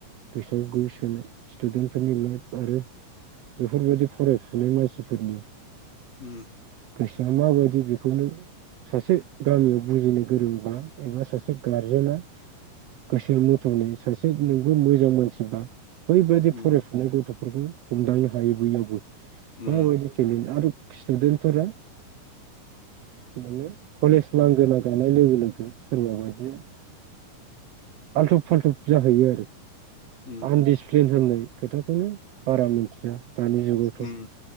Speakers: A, on the right; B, on the left.
A: गोसोआव गो सोनाय स्टुडेन्टफोरनि लाइफ आरो बेफोरबायदि फरायफुनाय मानसिफोरनि
B: उम
A: गोसोआ माबायदि बेखौनो सासे गामियाव बुजिनो गोरोंबा एबा सासे गारजेनाआ गोसोआ मथ'नि सासे नोंबो मोजां मानसिबा बैबायदि
B: उम
A: फरायफुनाय गथ'फोरखौ हमदांनो हायो बैयावबो
B: उम
A: माबायदि टेलेन्ट आरो स्टुदेन्टफोरा बिदिनो कलेज नांग न गानाय लोगो लोगो सोरबा बादि आल्थुब फाल्थुब जाहैयो आरो
B: उम
A: आनडिसिप्लिन होननाय खोथाखौनो बारा मोनथिया दानि जुगावथ'
B: उम